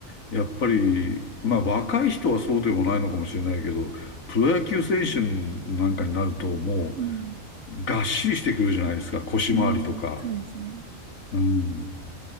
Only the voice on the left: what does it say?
やっぱり、まあ若い人はそうでもないのかもしれないけど、プロ野球選手なんかになるとも
うがっしりしてくるじゃないですか、腰回りとか。
うん。